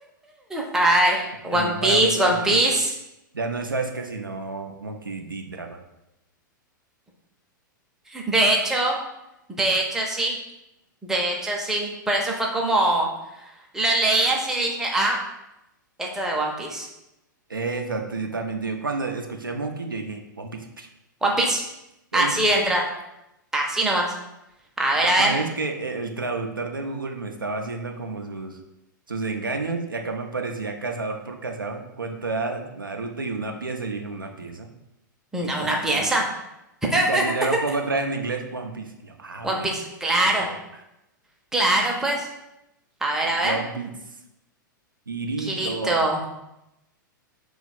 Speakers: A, in the centre; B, on the right.
A: ¡Ay! One
B: El mejor
A: Piece,
B: amigo
A: One
B: de Naruto.
A: Piece.
B: Ya no es Sasuke, sino Monkey D. Dragon.
A: De hecho, de hecho sí, de hecho sí. Por eso fue como, lo leí así y dije, ah, esto de One Piece.
B: Exacto, yo también. Yo cuando escuché Monkey, yo dije, One Piece,
A: One Piece,
B: <laughs> de
A: así
B: una. vez
A: de entrada, así nomás. A
B: Y
A: ver,
B: lo
A: a
B: peor
A: ver,
B: es que el el traductor de Google me estaba haciendo como sus, sus engaños y acá me aparecía cazador por cazador. ¿Cuánto da Naruto y una pieza? Yo dije, ¿una pieza?
A: da
B: Y como
A: una
B: así.
A: pieza. <laughs>
B: Y cuando ya lo pongo otra vez en inglés, One Piece. Y yo, ah,
A: One
B: ok.
A: Piece,
B: <laughs> <tsk>
A: claro.
B: Es de una.
A: Claro, pues. A ver,
B: El
A: a ver.
B: One Piece. Kirito.
A: Kirito.